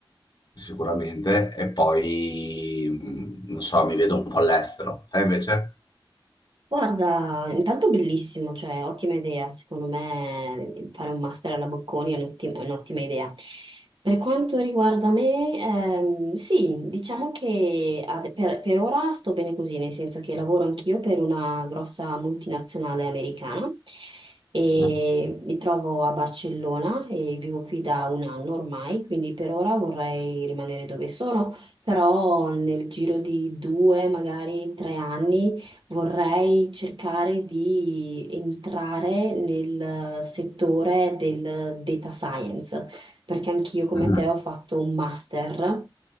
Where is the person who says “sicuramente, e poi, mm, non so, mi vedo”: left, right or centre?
Left